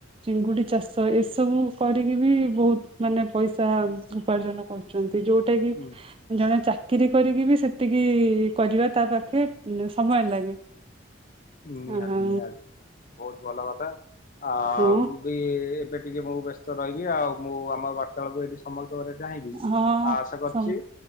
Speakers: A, on the right (about 25°); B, on the left (about 40°).
A: ଚିଙ୍ଗୁଡି ଚାଷ ଏସବୁ କରିକି ବି ବହୁତ ମାନେ ପଇସା ଉପାର୍ଜନ କରୁଛନ୍ତି। ଯୋଉଟା
B: ବିଲକୁଲ
A: କି ଜଣେ ଚାକିରି କରିକି ବି ସେତିକି କରିବା ତା ପାଖେ ସମୟ ଲାଗେ
B: ନିହାତି
A: ଆଉ
B: ନିହାତି ନି ବହୁତ ଭଲ କଥା ଆ
A: ହଁ
B: ବି ଏବେ ଟିକେ ମୁଁ ବ୍ୟସ୍ତ ରହିବି ଆଉ ମୁଁ ଆମ ବାର୍ତ୍ତା ବେଳକୁ ଏଠି ସମସ୍ତେ ଚାହିଁବି
A: ହଁ
B: ଆଶା କରୁଛି
A: ସମ